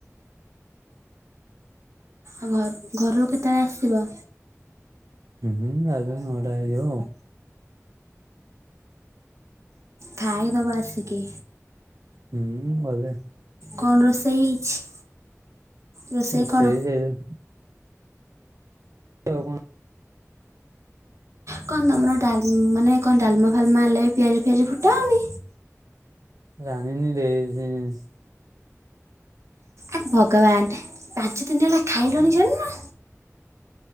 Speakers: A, on the right; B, on the right.
A: ଆଉ ଘ ଘର। କେତେବେଳେ ଆସିବ।
B: ହୁଁ ଆଉ ନୋଡ ଆ।
A: ଖାଇଦବା ଆସିକି।
B: ହୁଁ ହଦେ।
A: କଣ ରୋଷେଇ ହେଇଛି। ରୋଷେଇ
B: ଓ
A: କଣ
B: ସେଇ ସେଇ। ହ କଣ।
A: କଣ ତମର ଡାଲି ମାନେ କଣ ଡାଲମା ଫାଲମା ହେଲେ ପିଆଜ ଫିଆଜ ଫୁଟାଉନି।
B: ଜାଣିନି ଦେଇ।
A: ଏକ ଭଗବାନ ପାଞ୍ଚ ଦିନ ହେଲା ଖାଇଲନି ଜାଣିନ।